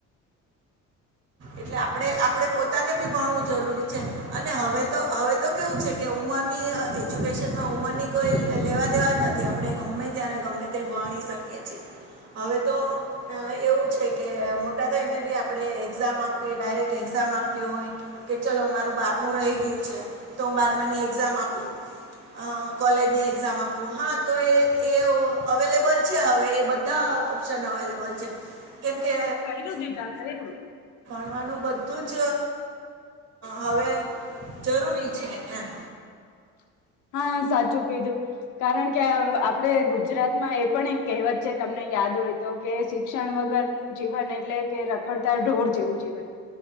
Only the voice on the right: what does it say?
એટલે આપણે આપણે પોતાને બી ભણવું જરૂરી છે અને હવે તો હવે તો કેવું છે કે ઉંમરની એજ્યુકેશનમાં ઉંમરની કોઈ લેવા દેવા જ નથી આપણે ગમે ત્યારે ગમે તે જાણી શકી છે હવે તો એવું છે કે મોટા થાયને બી આપણે એક્ઝામ આપ ડાયરેક્ટ એક્ઝામ આપ્યું હોય કે ચલો મારું બારમું રહી ગયું છે તો હું બારમાની એક્ઝામ આપું અ કોલેજની એક્ઝામ આપવું હા તો એ એ અવેલેબલ છે હવે એ બધા ઓપ્શન અવેલેબલ છે કેમ કે
કરવાનું બધું જ હવે જરૂરી છે એમ